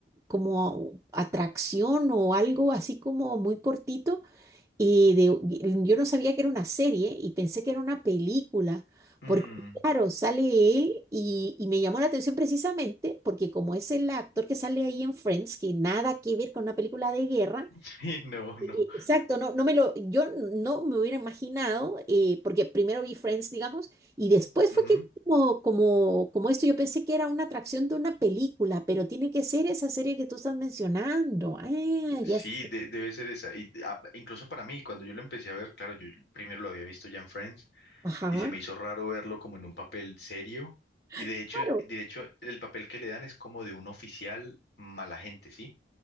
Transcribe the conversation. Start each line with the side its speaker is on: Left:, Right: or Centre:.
Right: como atracción o algo así como muy cortito Y de, y yo no sabía que era una serie y pensé que era una película,
Left: ujú.
Right: porque claro, sale él y, y me llamó la atención precisamente porque como es el actor que sale ahí en Friends, que nada que ver con una película de guerra,
Left: <laughs> Sí, no,
Right: e-
Left: no.
Right: e- exacto, no, no me lo, yo no me hubiera imaginado, eh, porque primero vi Friends, digamos, y después
Left: Ujú.
Right: fue que como, como, como esto, yo pensé que era una atracción de una película, pero tiene que ser esa serie que tú estás mencionando. Ah,
Left: Sí,
Right: ya sé.
Left: de- debe ser esa. Y, ah, incluso para mí, cuando yo lo empecé a ver, claro, yo primero lo había visto ya en Friends
Right: Ajá.
Left: y se me hizo raro verlo como en un papel serio. Y
Right: <laughs>
Left: de hecho, de hecho, el papel que le dan es como de un oficial mala gente, ¿sí?